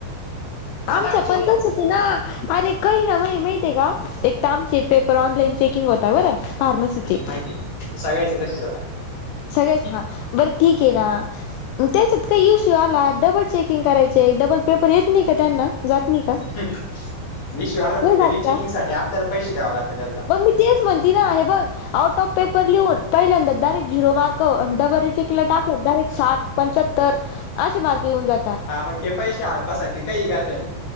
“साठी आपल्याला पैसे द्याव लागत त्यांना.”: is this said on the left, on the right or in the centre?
Left